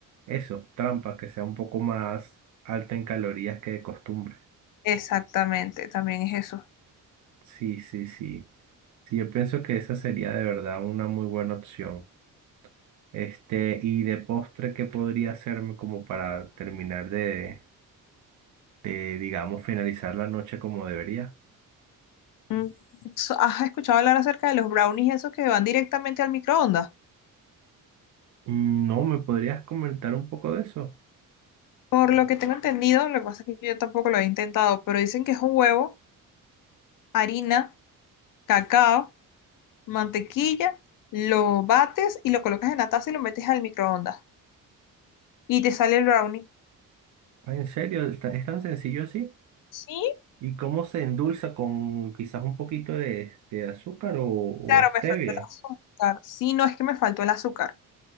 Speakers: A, on the right (about 60°); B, on the left (about 70°).
A: eso, trampa, que sea un poco más alta en calorías que de costumbre.
B: Exactamente, también es eso.
A: Sí, sí, sí. Sí, yo pienso que esa sería de verdad una muy buena opción. Este, y de postre, ¿qué podría hacerme como para terminar de, de, digamos, finalizar la noche como debería?
B: Mm, so- ¿Has escuchado hablar acerca de los brownies esos que van directamente al microondas?
A: Mm, No, ¿me podrías comentar un poco de eso?
B: Por lo que tengo entendido, lo que pasa es que yo tampoco lo he intentado, pero dicen que es un huevo, harina, cacao, mantequilla, lo bates y lo colocas en la taza y lo metes al microondas. Y te sale el brownie.
A: Ah, ¿En serio? ¿Es tan es tan sencillo así?
B: Sí,
A: ¿Y cómo se endulza con quizás un poquito de, de azúcar o, o
B: claro,
A: stevia?
B: me faltó el azúcar. Sí, no es que me faltó el azúcar.